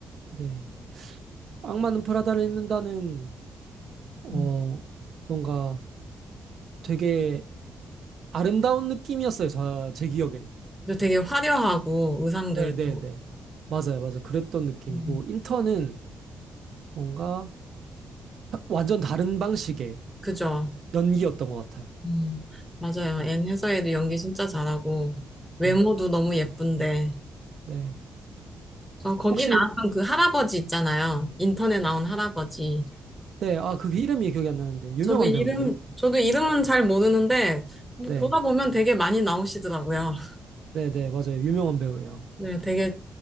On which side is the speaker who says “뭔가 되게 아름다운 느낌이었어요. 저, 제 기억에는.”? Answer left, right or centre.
Right